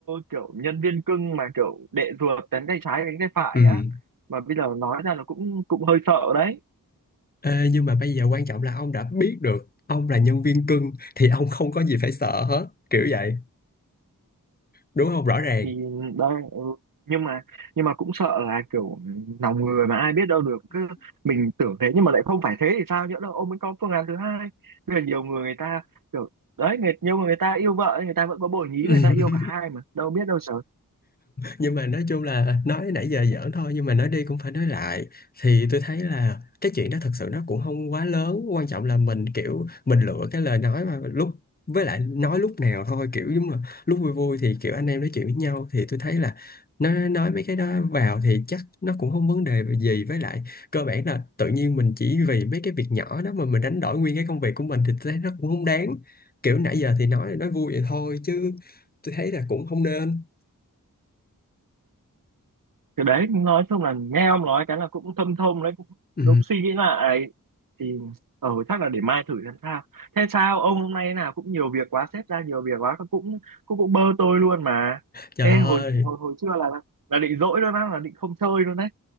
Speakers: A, on the right; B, on the left.
A: kiểu nhân viên cưng mà kiểu đệ ruột đánh tay trái đánh tay phải
B: ừ
A: á mà bây giờ nói ra là cũng cũng hơi sợ đấy
B: Ê, nhưng mà bây giờ quan trọng là ông đã biết được ông là nhân viên cưng thì ông không có gì phải sợ hết kiểu vậy đúng không rõ ràng
A: thì đây ừ. nhưng mà nhưng mà cũng sợ là kiểu lòng người mà ai biết đâu được cứ mình tưởng thế nhưng mà lại không phải thế thì sao nhỡ đâu ông ấy có phương án thứ hai bây giờ nhiều người người ta kiểu đấy người, nhưng mà người ta yêu vợ người ta vẫn có bồ nhí
B: <laughs>
A: người ta yêu cả hai mà đâu biết đâu sợ Ừ.
B: nhưng mà nói chung là nói nãy giờ giỡn thôi nhưng mà nói đi cũng phải nói lại thì tôi thấy là cái chuyện đó thật sự nó cũng không quá lớn quan trọng là mình kiểu mình lựa cái lời nói mà lúc với lại nói lúc nào thôi kiểu giống là lúc vui vui thì kiểu anh em nói chuyện với nhau thì tôi thấy là nó nói mấy cái đó vào thì chắc nó cũng không vấn đề gì với lại cơ bản là tự nhiên mình chỉ vì mấy cái việc nhỏ đó mà mình đánh đổi nguyên cái công việc của mình thì tôi thấy nó cũng không đáng kiểu nãy giờ thì nói nói vui vậy thôi chứ tôi thấy là cũng không nên
A: thì đấy nói chung là nghe ông nói cái là cũng thâm thông đấy cũng,
B: ừ.
A: cũng suy nghĩ lại thì ờ chắc là để mai thử xem sao thế sao ông hôm nay thế nào cũng nhiều việc quá sếp ra nhiều việc quá cũng cũng cũng bơ tôi luôn mà
B: Trời
A: ê
B: ơi,
A: hồi hồi hồi trưa là là định dỗi luôn á là định không chơi luôn đấy